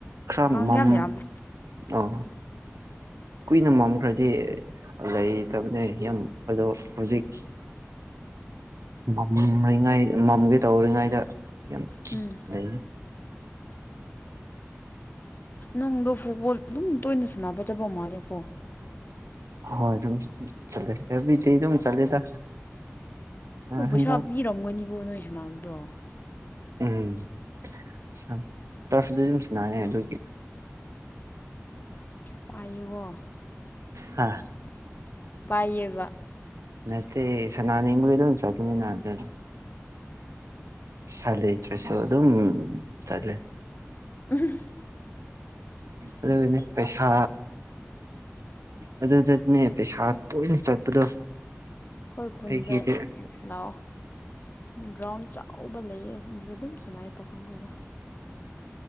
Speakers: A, on the right; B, on the left.
A: ꯈꯔ
B: ꯀꯥꯡ
A: ꯃꯝ
B: ꯌꯥꯝ ꯌꯥꯝꯃꯦ
A: ꯑꯥ ꯀꯨꯏꯅ ꯃꯝꯈ꯭ꯔꯗꯤ ꯂꯩꯇꯕꯅꯦ ꯌꯥꯝ ꯑꯗꯣ ꯍꯧꯖꯤꯛ ꯃꯝꯔꯤꯉꯥꯏ ꯃꯝꯒꯦ ꯇꯧꯔꯤꯉꯩꯗ ꯌꯥꯝ
B: ꯎꯝ
A: ꯂꯩ
B: ꯅꯪꯗꯣ ꯐꯨꯠꯕꯣꯜ ꯑꯗꯨꯝ ꯇꯣꯏꯅ ꯁꯥꯟꯅꯕ ꯆꯠꯄꯥ ꯃꯥꯜꯂ‌ꯦꯀꯣ
A: ꯍꯣꯏ ꯑꯗꯨꯝ ꯆꯠꯂꯦ ꯑꯦꯕ꯭ꯔꯤꯗꯦ ꯑꯗꯨꯝ ꯆꯠꯂꯦꯗ
B: ꯑꯗꫭ ꯄꯩꯁꯥ
A: ꯍꯟꯗꯛ
B: ꯄꯤꯔꯝꯒꯅꯤꯀꯣ ꯅꯣꯏ ꯁꯅꯥꯕꯗꯣ
A: ꯎꯝ ꯁꯝ ꯇꯔꯐꯗ ꯑꯗꯨꯨꯝ ꯁꯟꯅꯌꯦ ꯑꯗꯨꯒꯤ
B: ꯄꯩꯁꯥ ꯄꯥꯏꯌꯦꯀꯣ
A: ꯍꯥ
B: ꯄꯥꯏꯌꯦꯕ
A: ꯅꯠꯇ‌ꯦ ꯁꯥꯟꯅꯤꯡꯕꯒꯤ ꯑꯗꯨꯝ ꯆꯠꯄꯅꯤꯅꯥ ꯑꯗꯨꯒꯤ ꯄꯩꯁꯥ ꯂꯩꯇ꯭ꯔꯁꯨ ꯑꯗꯨꯝ ꯆꯠꯂꯦ
B: ꯎꯝ
A: ꯑꯗꯨꯒꯤꯅꯤ ꯄꯩꯁꯥ ꯑꯗꯨꯖꯨ ꯅꯦ ꯄꯩꯁꯥ ꯇꯣꯏꯅ ꯆꯠꯄꯗꯣ
B: ꯑꯩꯈꯣꯏ ꯈꯨꯟꯗ
A: ꯑꯩꯒꯤꯗꯤ
B: ꯂꯥꯛꯑꯣ ꯒ꯭ꯔꯥꯎꯟ ꯆꯥꯎꯕ ꯂꯩꯌꯦ ꯑꯗꯨꯗ ꯑꯗꯨꯝ ꯁꯟꯅꯥꯏꯌ‌ꯦ ꯄꯥꯈꯪ ꯈꯣꯏꯗꯣ